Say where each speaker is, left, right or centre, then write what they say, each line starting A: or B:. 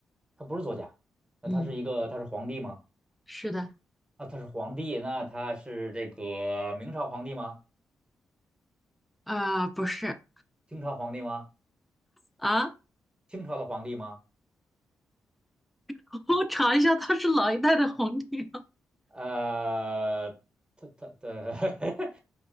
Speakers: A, on the right; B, in the centre.
A: 他不是作家，那他是一个，
B: 嗯，
A: 他是皇帝吗？
B: 是的，
A: 啊，他是皇帝，那他是这个明朝皇帝吗？
B: 啊、不是
A: 清朝皇帝吗？
B: 啊，
A: 清朝的皇帝吗？
B: <laughs> 我查一下，他是哪一代的皇帝啊？
A: 呃，他他的 <laughs>